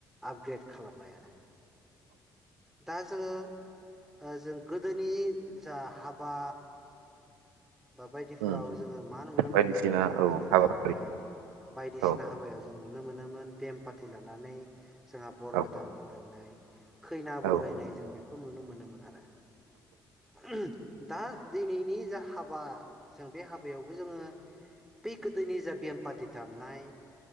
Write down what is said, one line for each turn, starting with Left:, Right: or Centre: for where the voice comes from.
Centre: आपग्रेड खालामबाय आरो दा जोङो ओ जों गोदोनि जा हाबा बा बायदिफ्राव
Right: उम
Centre: जोङो मा नुनो
Right: बायदिसिना
Centre: मोनोमोन जोङो
Right: औ
Centre: गोदो
Right: हाबाफारि
Centre: दामनाय बायदिसिना
Right: औ
Centre: हाबायाव जों नुनो मोनोमोन बेम पाटि लानानै जोंहा बर
Right: औ
Centre: गोदान बरायनाय खैना बरायनाय
Right: औ
Centre: जों बे खौ नुनो मोनोमोन आरो <unintelligible> दा दिनैनि जा हाब हाबा जों बे हाबायावबो जोङो बै गोदोनि जा बेमपाथि दामनाय